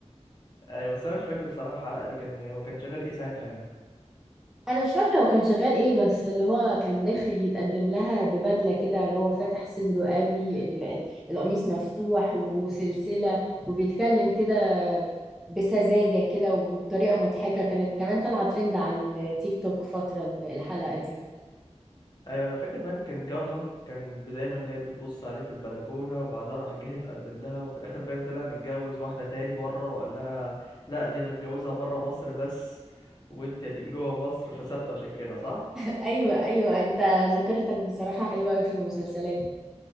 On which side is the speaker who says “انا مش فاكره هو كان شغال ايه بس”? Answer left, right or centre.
Centre